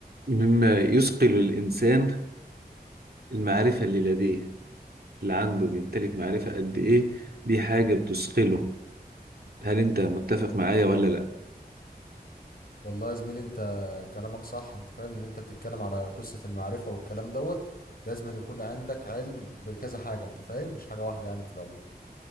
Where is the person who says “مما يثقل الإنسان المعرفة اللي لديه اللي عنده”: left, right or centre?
Right